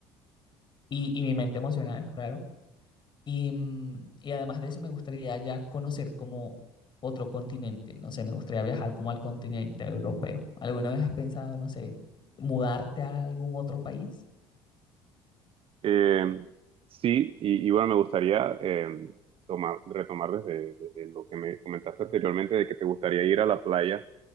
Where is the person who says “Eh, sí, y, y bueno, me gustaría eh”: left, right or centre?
Right